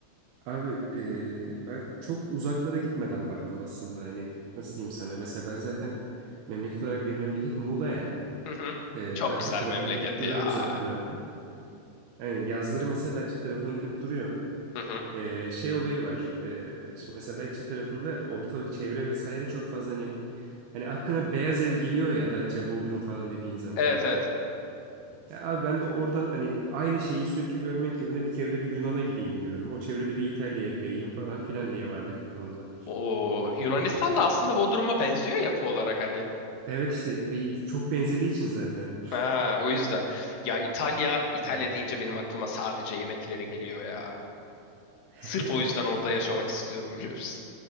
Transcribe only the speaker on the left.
Hı hı.
Çok
güzel
memleket
ya.
Hı hı.
Evet evet.
O Yunanistan da aslında Bodrum'a benziyor yapı olarak hani.
Ha, o yüzden. Ya İtalya, İtalya
deyince benim aklıma sadece yemekleri geliyor ya.
Sırf o yüzden orada yaşamak
istiyorum biliyor musun?